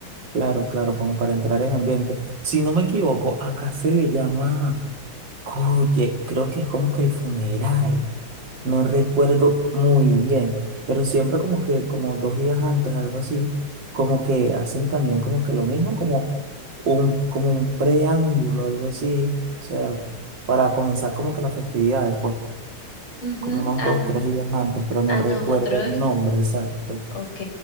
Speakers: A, on the right; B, on the left.
A: Claro, claro, como para entrar en ambiente. Si no me equivoco, acá se le llama, oye, creo que es como que el funeral, no recuerdo muy bien, pero siempre como que, como dos días antes, algo así, como que hacen también como que lo mismo, como un, como un preámbulo, algo así, o sea, para comenzar como que las festividades, pues,
B: Ujú,
A: como unos
B: A,
A: dos, tres días antes, pero no
B: a
A: recuerdo
B: nosotros.
A: el nombre exacto.
B: Ok,